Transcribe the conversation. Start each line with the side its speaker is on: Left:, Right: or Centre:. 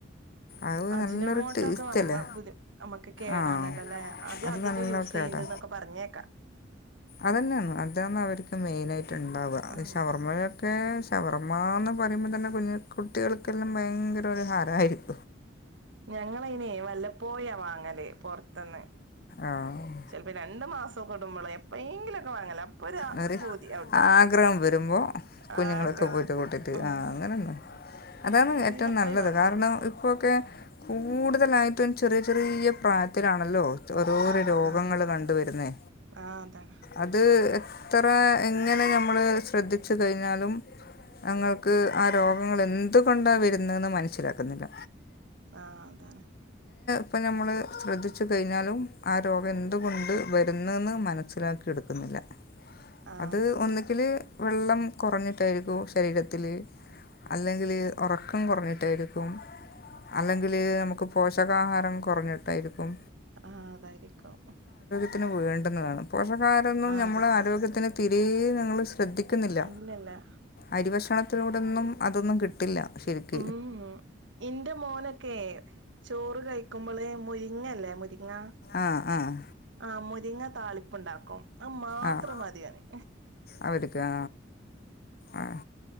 Left: അത്
Right: അജിനോമോട്ട
Left: നല്ലൊരു ടേസ്റ്റല്ലേ
Right: ഒക്കെ ആവുമ്പോ നമ്മുക്ക് കേടാണല്ലോ
Left: ആഹ്
Right: അല്ലെ അത് അധികം
Left: നല്ല
Right: യൂസ്
Left: കേടാ
Right: ചെയ്യ. ന്നത് പറഞ്ഞേക്കാം.
Left: അതന്നെയാണ് അതാന്ന് അവർക്ക് മെയിന ആയിട്ട് ഉണ്ടാവുക
Right: ആ
Left: ഷവർമ്മയൊക്കെ.
Right: തന്നെ
Left: ഷവർമ്മയന്ന് പറയുമ്പോൾ തന്നെ കുഞ്ഞു കുട്ടികൾക്കെല്ലാം ഭയങ്കര ഒരു ഹാരയിരിക്കും
Right: ഞങ്ങളൈനെ വല്ലപ്പോയ വാങ്ങല് പൊറ്ത്തന്ന്.
Left: ആഹ്
Right: ചിലപ്പോ രണ്ടു മാസം കൊടുമ്പോള എപ്പോെങ്കിലുംക്കെ വാങ്ങല ഒരു
Left: പറി
Right: പൂതി ആവുട്ടോ
Left: ആഗ്രഹം വെരുമ്പോ കുഞ്ഞുങ്ങളൊക്കെ
Right: ആഗ്രഹം
Left: പോയിട്ട്
Right: വരുമ്പോ
Left: കൂട്ടിട്ട്
Right: ഉം
Left: ആഹ് അങ്ങനെന്നെ അതാണ്
Right: വല്ലപ്പോഴേ
Left: ഏറ്റവും നല്ലത്
Right: വാങ്ങുള്ളൂ
Left: കാരണം ഇപ്പോക്കെ കൂടുതലായിട്ടും ചെറിയ ചെറിയ പ്രായത്തിലാണല്ലോ ഓരോരോ
Right: ആ
Left: രോഗങ്ങള്
Right: ആ
Left: കണ്ടോവരുന്നേ?
Right: ആ അതാണ്
Left: അത് എത്ര എങ്ങനെ ഞമ്മള് ശ്രദ്ധിച്ചു കഴിഞ്ഞാലും. ഞങ്ങക്ക് ആ രോഗങ്ങളെന്തുകൊണ്ടാ വെരുന്നേന്ന് മനസ്സിലാക്കത്തില്ല
Right: ആഹ് അതാണ്
Left: അപ്പോൾ നമ്മൾ ശ്രദ്ധിച്ചു കഴിഞ്ഞാലും ആ രോഗം എന്തുകൊണ്ട് വരുന്നെന്ന് മ മനസിലാക്കിയെടുക്കുന്നില്ല
Right: ആ
Left: അത് ഒന്നെങ്കില് വെള്ളം കുറഞ്ഞിട്ടായിരിക്കോ ശരീരത്തില്. അല്ലെങ്കില് ഒറക്കം കൊറഞ്ഞിട്ടായിരിക്കും. അല്ലെങ്കില് നമുക്ക് പോഷകാഹാരം കൊറഞ്ഞിട്ടായിരിക്കും.
Right: ആഹ് അതായിരിക്കും ഉം
Left: ത്തിന് വേണ്ടുന്നതാണ് പോഷകാരും നമ്മള്
Right: അതാണ്
Left: തീരെ നമ്മൾ ശ്രദ്ധിക്കുന്നില്ല
Right: ഇല്ലല്ല
Left: അരി ഭക്ഷണത്തിലൂടെന്നും ഒന്നും കിട്ടില്ല ശരിക്ക
Right: ഉം ഇന്റെ മോനൊക്കെ ചോറ് കഴിക്കുമ്പോള് മുരിങ്ങല്ലേ മുരിങ്ങ
Left: ആഹ് ആഹ്
Right: ആ മുരിങ്ങ താളിപ്പ്ണ്ടാക്കും അത് മാത്രം
Left: ആഹ്
Right: മതിഒന്
Left: അവര്ക്ക് ആഹ് ആഹ്